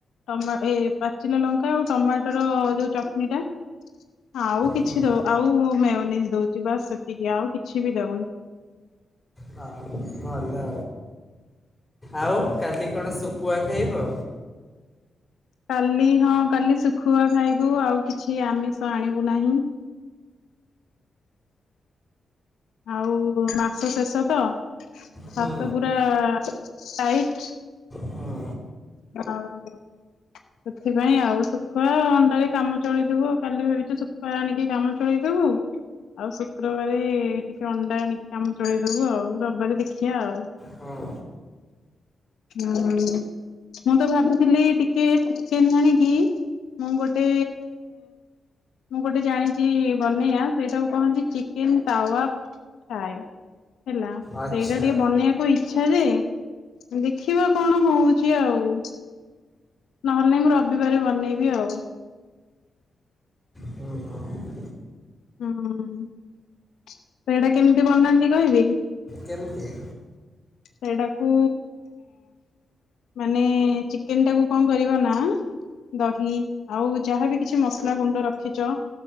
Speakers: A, on the left; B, on the left.
A: ଟମାଟୋ ପାଚିଲା ଲଙ୍କା ଆଉ ଟମାଟୋର ଯୋଉ ଚଟନି ଟା ଆଉ କିଛି
B: ହୁଁ
A: ଦଉ ଆଉ ମିଅନିଜ ଦଉଛି ବାସ୍ ସେତିକି ଆଉ କିଛି ବି ଦେଉନି।
B: ହଁ ଭଲ ଆଉ କାଲି କଣ ଶୁଖୁଆ ଖାଇବ?
A: କାଲି ହଁ କାଲି ଶୁଖୁଆ ଖାଇବୁ ଆଉ କିଛି ଆମିଷ ଆଣିବୁ ନାହିଁ। ଆଉ ମା ମାସ ଶେଷ ତ
B: ହୁଁ
A: ହାତ ପୁରା ଟାଇଟ୍।
B: ହୁଁ
A: ଆଉ ସେଥିପାଇଁ ଆଉ ଶୁଖୁଆ ଅଣ୍ଡାରେ କାମ ଚଳେଇଦବୁ ଆଉ କାଲି ଭାବିଛୁ ଶୁଖୁଆ ଆଣିକି କାମ ଚଳେଇଦବୁ। ଆଉ ଶୁକ୍ରବାର ଟିକେ ଅଣ୍ଡା ଆଣିକି କାମ ଚଳେଇଦବୁ ଆଉ ରବିବାର ଦେଖିବା ଆଉ।
B: ହଁ।
A: ହଁ ମୁଁ ତ ଭାବୁଥିଲି ଟିକେ ଚିକେନ ଆଣିକି। ମୁଁ ଗୋଟେ ମୁଁ ଗୋଟେ ଜାଣିଛି ବନେଇବା ସେଇଟାକୁ କୁହନ୍ତି ଚିକେନ ତାୱା। ହେଲା ସେଇଟା
B: ଆଚ୍ଛା
A: ଟିକେ ବନେଇବାକୁ ଇଚ୍ଛା ଯେ। ଦେଖିବା କଣ ହଉଛି ଆଉ? ନହେଲେ ମୁଁ ରବିବାରେ ବନେଇବି ଆଉ।
B: ହୁଁ ହୁଁ
A: ହୁଁ ସେଇଟା କେମିତି ବନାନ୍ତି କହିବି?
B: କେମତିି?
A: ସେଇଟାକୁ ମାନେ ଚିକେନ୍ ଟାକୁ କଣ କରିବ ନା? ଦହି ଆଉ ଯାହାବି କିଛି ମସଲା ଗୁଣ୍ଡ ରଖିଛ।